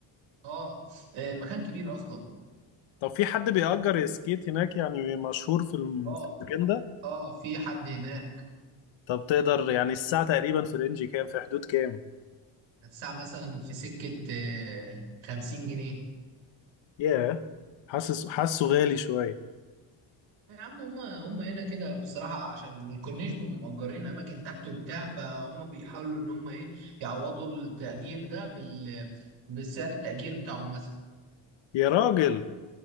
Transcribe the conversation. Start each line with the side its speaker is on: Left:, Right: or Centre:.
Right: اه آه، مكان كبير اصلا
Left: طب في حد بيأجر سكيت هناك يعني مشهور في الم-
Right: اه
Left: في المكان ده
Right: اه في حد هناك
Left: طب تقدر يعني الساعه تقريبا في رينج كام في حدود كام
Right: الساعة مثلا في سكة آه، خمسين جنيه
Left: ياه حاسس حاسه غالي شويه
Right: يا عم هما هما هنا كده بصراحة عشان الكورنيش بيبقوا مأجرين أماكن تحت وبتاع فهم بيحاولوا إن هما إيه يعوضوا التأجير ده بال بالسعر التأجير بتاعهم مثلا
Left: يا راجل